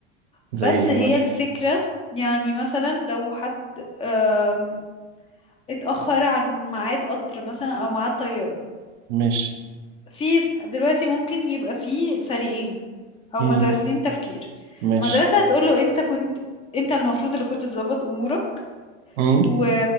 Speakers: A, on the right; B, on the left.
A: زي
B: بس
A: ايه
B: هي
A: مثلا
B: الفكرة يعني مثلا لو حد آم، اتأخر عن ميعاد قطر مثلا أو ميعاد طيارة
A: مش
B: في دلوقتي ممكن يبقى في فريقين أو
A: مم.
B: مدرستين تفكير
A: مش
B: مدرسة هتقول له أنت كنت أنت المفروض اللي كنت تظبط أمورك
A: مم.
B: و...